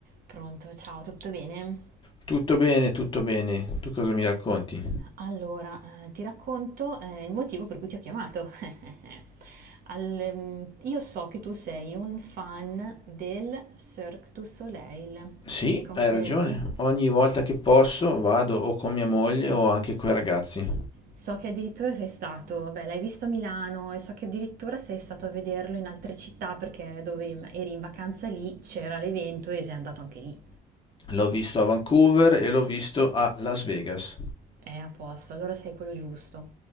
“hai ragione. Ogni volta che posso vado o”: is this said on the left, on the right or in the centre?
Left